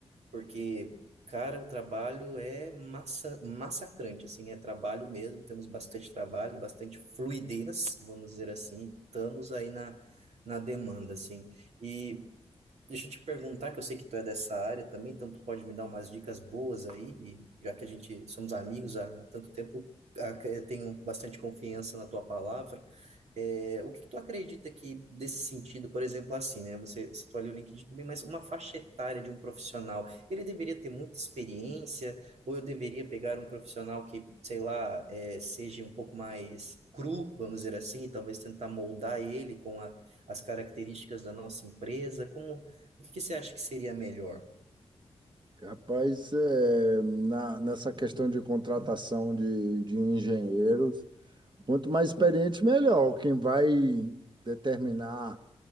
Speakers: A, on the right (about 85°); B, on the right (about 45°).
A: porque, cara, o trabalho é massa, massacrante, assim, é trabalho mesmo, temos bastante trabalho, bastante fluidez, vamos dizer assim, estamos aí na, na demanda, assim. E Deixa eu te perguntar, que eu sei que tu é dessa área também, então tu pode me dar umas dicas boas aí, e já que a gente somos amigos há, há tanto tempo, a- eu tenho bastante confiança na tua palavra. É, o que que tu acredita que desse sentido, por exemplo, assim, né? Você citou ali o LinkedIn também, mas uma faixa etária de um profissional, ele deveria ter muita experiência, ou eu deveria pegar um profissional que, sei lá, é, seja um pouco mais cru, vamos dizer assim, e talvez tentar moldar ele com a- as características da nossa empresa? Como, o que que você acha que seria melhor?
B: Rapaz, é, na, nessa questão de contratação de, de engenheiros, quanto mais experiente, melhor. Quem vai determinar